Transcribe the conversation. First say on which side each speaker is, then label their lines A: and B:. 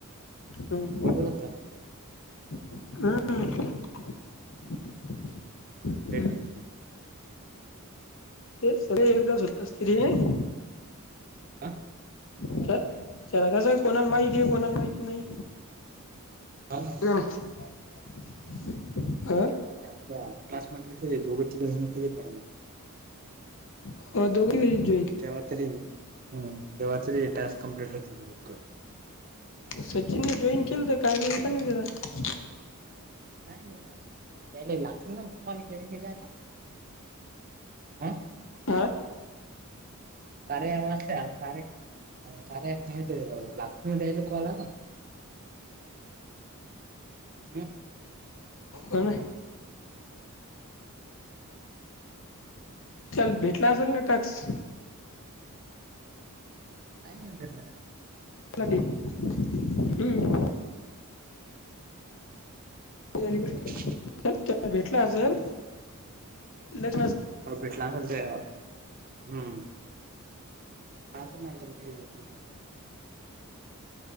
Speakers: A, on the left (about 60°); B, on the right (about 40°).
A: हम्म.
B: एकदाच होतात.
A: हम्म हं.
B: हा.
A: <inaudible> हं.
B: भेटतील की.
A: ते सगळे एकदाच होता असतील नाही?
B: हा
A: <unintelligible>
B: हा
A: त्याला तसंच कोणाला माहीत आहे, कोणाला माहीत नाही.
B: ना
A: <unintelligible> आ?
B: त्या क्लासमधले तर हे दोघ‌ं तिघंजण तरी पाहिजे.
A: हो दोघं <unintelligible>
B: तेव्हा तरी हम्म तेव्हा तरी टास्क कंप्लीट होतील लवकर.
A: सचिनन जॉईन केलत काय <unintelligible>
B: काय नाही झालं <unintelligible> लागतील ना मला खेळ <unintelligible> आता. हा
A: हा
B: कार्या ॲप असल्या कार्या कार्या ॲप <unintelligible> <inaudible>
A: हो ना.
B: <unintelligible>
A: काल भेटला असेल ना टाक्स.
B: काय मिळत रे <unintelligible>
A: हम्म. <unintelligible>
B: हो हो.
A: <unintelligible> त्याला भेटला असलं <unintelligible>
B: भेटला म्हणतो यार ‌हम्म. आता नाही पण रे <unintelligible>